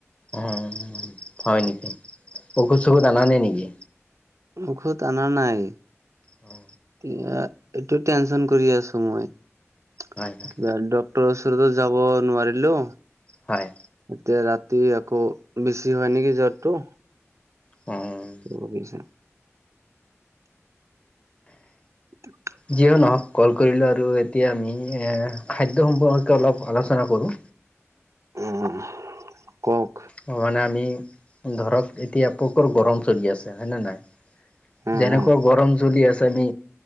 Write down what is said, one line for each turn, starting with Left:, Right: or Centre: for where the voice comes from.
Left: অ', হয় নেকি? ঔষধ-চৌষধ আনা নাই নেকি?
Right: ঔষধ অনা নাই।
Left: অ'।
Right: এ এইটো টেনচন কৰি আছো মই। কিবা
Left: হয় হয়
Right: ড ডক্তৰ ওচৰতো যাব নোৱাৰিলো।
Left: হয়।
Right: এতিয়া ৰাতি আকৌ বেছি হয় নেকি জ্বৰটো।
Left: অ'।
Right: <unintelligible> <inaudible>
Left: যিয়ে নহওক কল কৰিলোঁ আৰু। এতিয়া আমি এ খাদ্য সম্পৰ্কে অলপ আলোচনা কৰোঁ।
Right: উম, কওঁক।
Left: অ', মানে আমি ধৰক এতিয়া পোকৰ গৰম চলি আছে, হয়ে নে নাই?
Right: অ
Left: যেনেকুৱা
Right: অ
Left: গৰম চলি আছে আমি